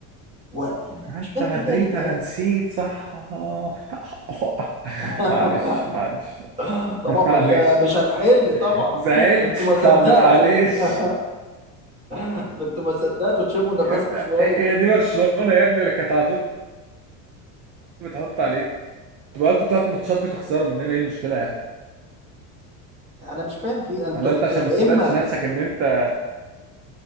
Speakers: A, on the right (about 15°); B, on the right (about 40°).
A: ويعني
B: انت
A: مش فاهم
B: مدريد
A: في ايه يا جدعان
B: انا نسيت صح آه. <laughs>
A: <laughs>
B: معلش معلش <laughs>
A: طبعا ما
B: معلش
A: انت مش هتحل طبعا
B: زعلت
A: ما انتوا ما صدقتوا
B: طب معلش
A: <laughs> ما انتوا ما صدقتوا تشموا
B: <laughs>
A: نفسكم
B: يا ابني-
A: شوية
B: هي دي برشلونة يا ابني اللي كانت على طول بتحط عليك بقى كنت هات ماتشات بتخسروا مننا ايه المشكلة يعني
A: انا مش فاهم في إيه. انتوا
B: ولا انت
A: انتوا
B: عشان ما صدقتش
A: يا اما
B: نفسك ان انت